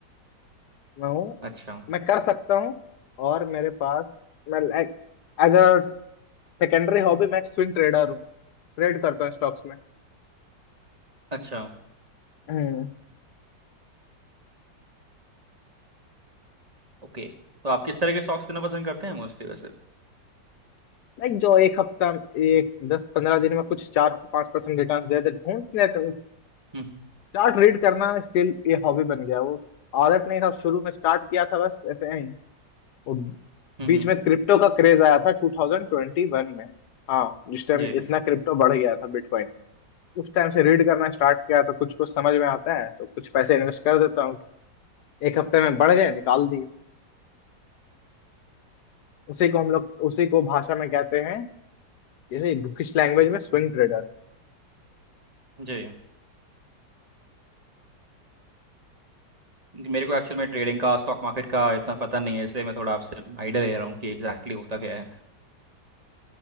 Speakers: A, on the left (about 70°); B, on the right (about 25°).
A: मैं हूँ
B: अच्छा
A: मैं कर सकता हूँ और मेरे पास मैं like as a secondary hobby मैं स्विंग ट्रेडर हूँ ट्रेड करता हूँ स्टॉक्स में
B: अच्छा
A: हम्म
B: ओके तो आप किस तरह के स्टॉक्स लेना पसंद करते हैं मोस्टली वैसे
A: लाइक जो एक हफ्ता एक दस पंद्रह दिन में कुछ चार से पांच परसेंट रिटर्न दे दे ढूंढ लेते हैं।
B: हम्म हम्म
A: चार्ट रीड करना स्टिल ये हॉबी बन गया वो आदत नहीं था शुरू में स्टार्ट किया था बस ऐसे ही वो
B: हम्म,
A: बीच
B: हम्म,
A: में क्रिप्टो का क्रेज आया था 2021 में हाँ जिस टाइम
B: जी
A: इतना क्रिप्टो बढ़ गया था बिटकॉइन उस टाइम से रीड करना स्टार्ट किया तो कुछ कुछ समझ में आता है तो कुछ पैसे इन्वेस्ट कर देता हूँ एक हफ्ते में बढ़ गए निकाल दिए उसी को हम लोग उसी को भाषा में कहते हैं जैसे बुकिश लैंग्वेज में स्विंग ट्रेडर
B: जी क्योंकि मेरे को एक्चुअल में ट्रेडिंग का स्टॉक मार्केट का इतना पता नहीं है इसलिए मैं थोड़ा आपसे आइडिया ले रहा हूँ कि एग्जैक्टली exactly होता क्या है